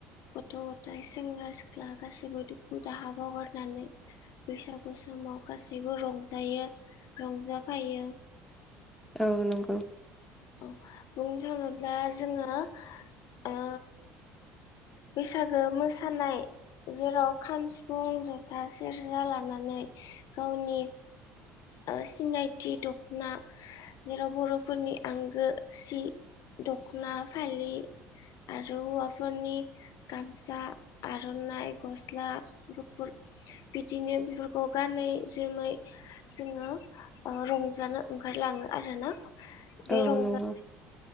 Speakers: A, on the left; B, in the centre.
A: गथ'-गथाइ सेंग्रा सिख्ला गासैबो दुखु दाहा बावगारनानै बैसागु स माव गासैबो रंजायो रंजाफायो
B: औ नंगौ
A: औ बुंनो थाङोब्ला जोङो ओ बैसागो मोसानाय जेराव खाम, सिफुं जथा, सेरजा लानानै गावनि ओ सिनायथि दख'ना जेराव बर'फोरनि आंगो सि दख'ना फालि आरो हौवाफोरनि गामसा, आर'नाइ, गस्ला गुफुर बिदिनो बेफोरखौ गानै जोमै जोङो रंजानो ओंखारलाङो आरोना बे
B: औ
A: रंजा
B: नंगौ